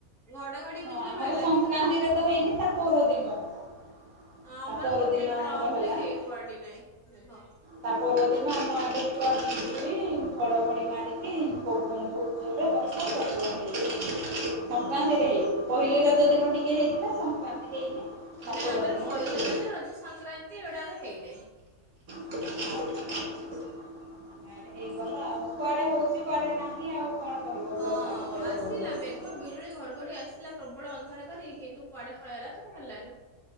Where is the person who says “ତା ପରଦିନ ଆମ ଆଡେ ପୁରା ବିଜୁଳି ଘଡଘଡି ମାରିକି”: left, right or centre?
Right